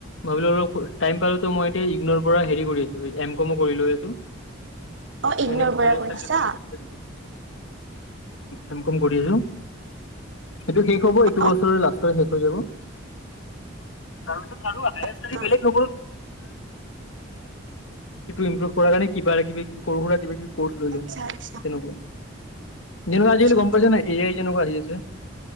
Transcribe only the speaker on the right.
অ', ইগনৰ
পৰা কৰিছা?
অ',
আচ্ছা,
আচ্ছা, আচ্ছা,
আচ্ছা
আচ্ছা।